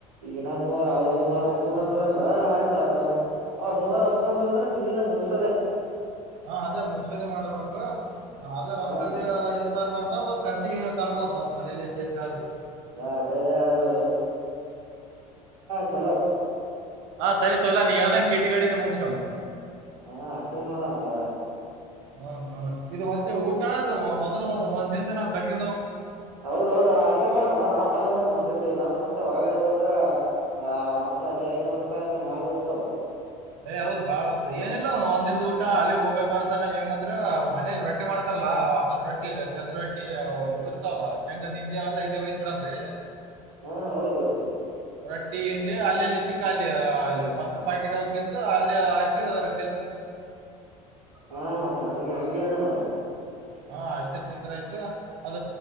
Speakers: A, on the right; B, on the right.
A: ಈಗಿನ ಮೂವಾರ ಅವ್ರರು ಮೂವಾರ ಒಪ್ಪಗ ಅಂದ್ರ ಅಂದ್ರ ಆಯ್ತ ಅವ್ರನ್ನ ಅವ್ರ ಮೂವರ ಒಪ್ಕೊಂಡ್ರ ಅಂದ್ರೆ ಸೀದಾ ಮುಗಸೋದೆ
B: ಹಾ ಅದೇ ಮುಗಸದಿ ಮಾಡದ್ ರೊಕ್ಕ ಅದೇ ರೊಕ್ಕದ
A: ಹಾ
B: ಐದ್ ಸಾವಿ ಮಾಡ್ತ ಮತ್ ಕರ್ಸ ತರ್ಬೋದು ಮತ್ತ ಮನೇ ಸೇರ್ತಾ್ರು
A: ಇಲ್ಲ ಅದೇ ಅದು ಚಲ
B: ಹಾ ಸರಿ ತೋ ಇಲಾ ನೀ ಹೇಳ್ದನ್ ಕಟಿಟಿ ಗಾಡಿನ ಮುಗಸ್ಯಾಮ
A: ಹಾ ಅಷ್ಟೇ ಮಾಡುವ ಹಂಗಾರ
B: ಹ ಹಾ ಇದು ಮತ್ತೆ ಊಟ ಅ ಮೊದ್ಲು ಒಂದ್ ದಿನದ ನಾವ್ ಕಡ್ಗ
A: ಹೌದೌದು ಅಷ್ಟೇ ಮಾಡಮ್ಮ್ ನಾ ತಗೊಂಡ ಮಂದಿಂದ ಇಲ್ಲ ಅಂದ್ರ ಮತ್ತೆ ಹೊರಗಡೆ ಹೋದ್ರ ಆ ಮತ್ತತ್ ಅಲ್ಲಿ ಐನೂರು ರೂಪಾಯಿ ಅಂಗ ಮ್ಯಾಗ ಹೋಗತಾವ
B: ಏ್ ಹೌದ ಬಾ ಏನಿಲ್ಲ ಒಂದ್್ ಊಟ ಅಲ್ಲಿ ಹೋಗ ಬರ್ತಾನ ಹೆಂಗಂದ್ರ ಮನೇಲಿ ರೊಟ್ಟಿ ಮಾಡ್ತಾರ ಲ್ಲ ರೊಟ್ಟಿ ಚದ್ರೊಟ್ಟಿ ಇವು ಇರ್ತಾವಲ್ಲ ಶೇಂಗದಿಂಡಿ ಎಲ್ಲಾ ಇದೇ ಒಯ್ ಬಿಡದ್ರೀ
A: ಹಾ ಹೌದು
B: ಟ್ಟಿ ಹಂಡಿ ಅಲ್ಲೆಲ್ಲಿ ಸಿಕ್ಕಾಲಲಿ ಅಲ್ಲಿ ಮೊರು ಪಾಕೆಟ್ ಹ ತಿಂದು ಅಲ್ಲಿ ಹಾಕಿದ ಅದ
A: ಹಾ ಹಂಗೆ ಹಂಗೆ ಇದ ನೋಡ
B: ಹಾ ಅಷ್ಟೇ ತಿಂದ್ರ ಆಯ್ತು ಅದ